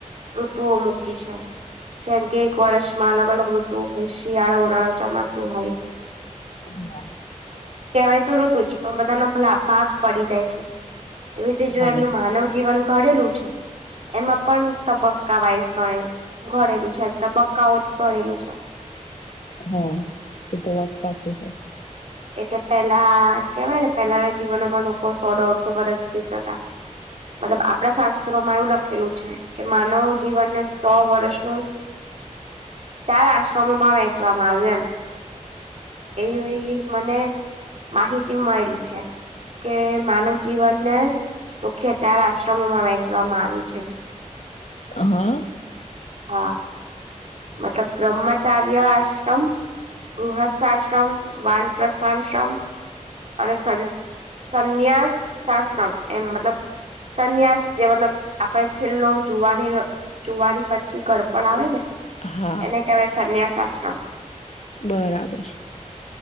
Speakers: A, on the right; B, on the left.
A: ઋતુઓ મૂકી છે જેમ કે એક વરસમાં અલગ અલગ ઋતુઓ હોય શિયાળો. ચોમાસું હોય,
B: હમ.
A: કહેવાય તો ઋતુ જ પણ બધાનો ભલા ભાગ પડી જાય છે. એવી રીતે જો
B: હા
A: એમનું માનવ જીવન કરેલું છે. એમાં પણ તબક્કાવાઈસ ઘ ઘડેલું છે તબક્કાઓથી ઘડેલું છે. <inaudible>
B: હા એ તો વાત સાચી છે.
A: એટલે પેલા કેવાય ને પહેલાના જીવનોમાં લોકો સો દોઢસો વર્ષ જીવતા હતા. મતલબ આપણા શાસ્ત્રોમાં એવું લખેલું છે કે માનવ જીવનને સો વર્ષનું ચાર આશ્રમોમાં વહેંચવામાં આવ્યું એમ. એવી મને માહિતી મળેલી છે. કે માનવ જીવનને મુખ્ય ચાર આશ્રમોમાં વેચવામાં આવ્યું છે.
B: હા.
A: હા મતલબ બ્રહ્મચાર્ય આશ્રમ ગૃહસ્થાશ્રમ, વાન પ્રસ્થાનશ્રમ. અને સંસ સંન્યાસ આશ્રમ એમ મતલબ સંન્યાસ છે મતલબ આપણે છેલ્લો જુવાની નો જુવાની. પછી ઘડપણ આવે ને
B: હા
A: એને કહેવાય સંન્યાસ આશ્રમ.
B: બરાબર